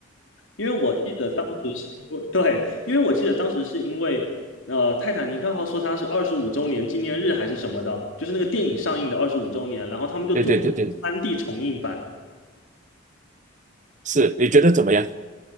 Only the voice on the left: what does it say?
因为我记得当时是因为，<laughs> 对，因为我记得当时是因为，呃，《泰坦尼克号》说它是二十五周年纪念日还是什么的，就是那个电影上映的二十五周年，然后他们就做了
3D 重映版。